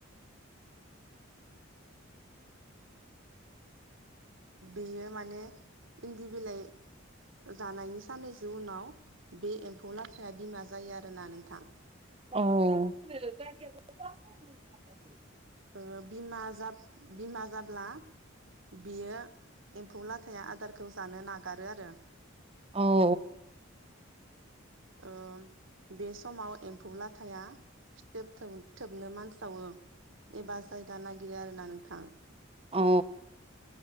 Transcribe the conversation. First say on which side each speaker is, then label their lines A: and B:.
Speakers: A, on the right (about 65°); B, on the right (about 25°).
A: बेयो माने इन्दि बिलाइ जानायनि साननैसो उनाव बे एम्फौ लाथाया बिमा जायो आरोना नोंथां।
B: अह
A: ओ बिमा बिमा जाब्ला बियो एम्फौ लाथाया आदारखौ जानो नागारो आरो।
B: औ।
A: ओ बे समाव एम्फौ लाथाया फिथोब थोबनो मानसावो एबा जायगा नागिरो आरोना नोंथां।
B: औ।